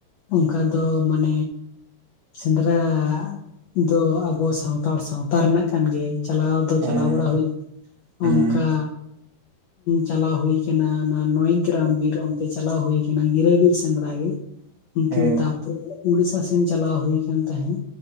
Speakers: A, on the left; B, on the right.
A: ᱚᱱᱠᱟ ᱫᱚ ᱢᱟᱱᱮ ᱥᱮᱸᱫᱽᱨᱟ ᱫᱚ ᱟᱵᱚ ᱥᱟᱱᱛᱟᱲ ᱥᱟᱶᱛᱟ ᱨᱮᱱᱟᱜ ᱠᱟᱱ ᱜᱮᱭᱟ᱾ ᱪᱟᱞᱟᱣ ᱫᱚ
B: ᱦᱮᱸ
A: ᱪᱟᱞᱟᱣ ᱵᱟᱲᱟ ᱦᱩᱭ <unintelligible>
B: ᱦᱩᱸ
A: ᱚᱱᱠᱟ ᱪᱟᱞᱟᱣ ᱦᱩᱭ ᱠᱟᱱᱟ ᱚᱱᱟ ᱱᱚᱭᱮᱜᱨᱟᱢ ᱵᱤᱨ ᱚᱱᱛᱮ ᱪᱟᱞᱟᱣ ᱦᱩᱭ ᱟᱠᱟᱱᱟ᱾ ᱜᱤᱨᱟᱹ ᱵᱤᱨ ᱥᱮᱸᱫᱽᱨᱟ ᱜᱮ ᱩᱱᱠᱩ
B: ᱦᱮᱸ
A: ᱫᱚ ᱛᱟᱢ ᱛᱚ ᱩᱲᱤᱥᱥᱟ ᱥᱮᱱ ᱪᱟᱞᱟᱣ ᱦᱩᱭᱩ ᱟᱠᱟᱱ ᱛᱟᱦᱮᱸᱫ,